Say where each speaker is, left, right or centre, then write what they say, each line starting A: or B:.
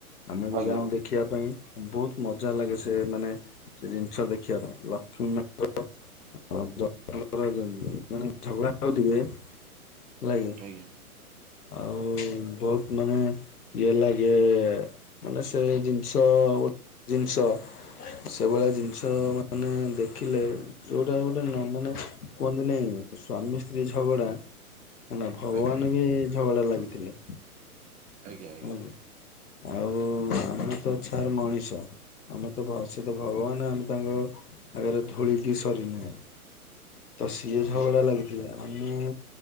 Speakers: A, on the left (about 85°); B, on the right (about 20°).
A: ଆମେ ବି
B: ଆଜ୍ଞା
A: ଯାଉଁ ଦେଖିବା ପାଇଁ ବହୁତ ମଜା ଲାଗେ ସେ ମାନେ ସେ ଜିନିଷ ଦେଖିବାପାଇଁ ଲକ୍ଷ୍ମୀ ମାଙ୍କର <unintelligible> ଝଗଡ଼ା ହଉଥିବେ। ହେଲା କି।
B: ଆଜ୍ଞା।
A: ଆଉ ବହୁତ ମାନେ ଇଏ ଲାଗେ ମାନେ ସେ ଜିନିଷ ଜିନିଷ ସେଭଳିଆ ଜିନିଷ ମାନେ ଦେଖିଲେ ଯୋଉଟା ଗୁଟେ ନ ମାନେ କୁହନ୍ତି ନାଇଁ ସ୍ୱାମୀ ସ୍ତ୍ରୀ ଝଗଡା ନା ଭଗବାନ
B: ଆଜ୍ଞା ଆଜ୍ଞା
A: ବି ଝଗଡା ଲାଗିଥିଲେ।
B: ଆଜ୍ଞା ଆଜ୍ଞା
A: ଆଜ୍ଞା ଆଉ ଆମେ ତ ଛାର ମଣିଷ। ଆମେ ତ ସେ ତ
B: ହଁ
A: ଭଗବାନ ଆମେ ତାଙ୍କ ଆଗରେ ଧୂଳିକି ସରି ନୁହେଁ। ତ ସିଏ ଝଗଡା
B: ଆଜ୍ଞା
A: ଲାଗି ଆମେ